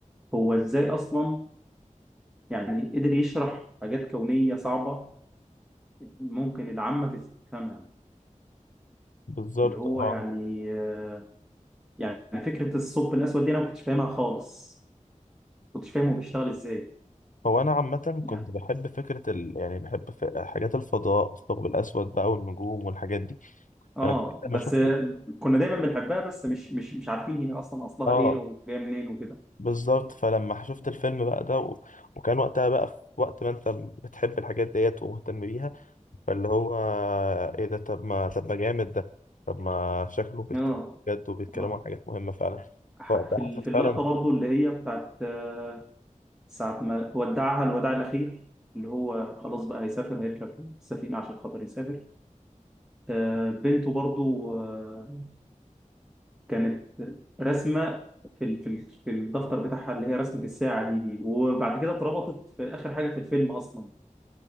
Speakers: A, in the centre; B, on the left (about 80°).
A: هو إزاي أصلا يعني قدر يشرح حاجات كونية صعبة ممكن العامة تفهمها
B: <laughs> بالظبط
A: اللي هو
B: اه
A: يعني آه، يعني فكرة الثقب الأسود دي أنا ما كنتش فاهمها خالص ما كنتش فاهم هو بيشتغل إزاي
B: هو انا عامه
A: يعني
B: كنت بحب فكره ال... يعني بحب ف... حاجات الفضاء الثقب الاسود بقى والنجوم والحاجات دي
A: آه
B: فانا لما
A: بس
B: شفت
A: آه، كنا دايما بنحبها بس مش مش مش عارفين هي أصلا أصلها
B: اه
A: إيه أو جاية منين وكده
B: بالظبط فلما شفت الفيلم بقى ده و... وكان وقتها بقى في وقت ما انت بتحب الحاجات ديت ومهتم بيها فاللي هو ايه ده طب ما طب ما جامد ده طب ما شكله بيتكلم
A: آه
B: بجد وبيتكلموا
A: آه
B: عن حاجات مهمه فعلا
A: ح-
B: فوقتها
A: في ال-
B: حسيت
A: في
B: فعلا
A: اللقطة برضو اللي هي بتاعت آه، ساعة ما ودعها الوداع الأخير اللي هو خلاص بقى هيسافر هيركب السفينة عشان خاطر يسافر آه، بنته برضو آه، كانت رسمه في ال- في ال- في الدفتر بتاعها اللي هي رسمه الساعه دي دي وبعد كده اتربطت في اخر حاجه في الفيلم اصلا